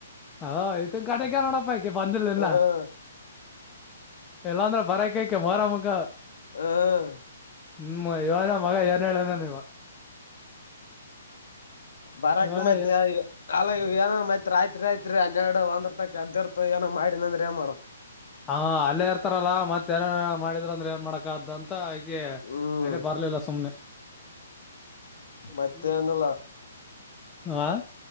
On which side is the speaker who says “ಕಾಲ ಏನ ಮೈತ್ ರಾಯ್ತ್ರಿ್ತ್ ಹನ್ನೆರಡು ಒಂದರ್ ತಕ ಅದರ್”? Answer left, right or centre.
Left